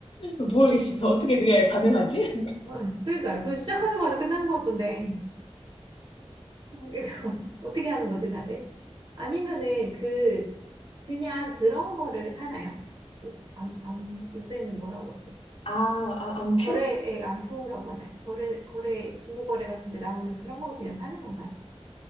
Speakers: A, on the left; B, on the right.
A: 모르겠어요. 어떻게 그게 가능하지?
B: 어, 그러니까요. 그 시작하자마자 끝나는 거 같던데 <laughs> 이거 어떻게 하는 거지 다들? 아니면은 그 그냥 그런 거를 사나요? 안, 안, 요새는 뭐라고 하지?
A: 아, 아, 안표?
B: 거래액 안표라고 하나요? 거래 거래 중고 거래 같은 데 나오는 그런 거 그냥 사는 건가요?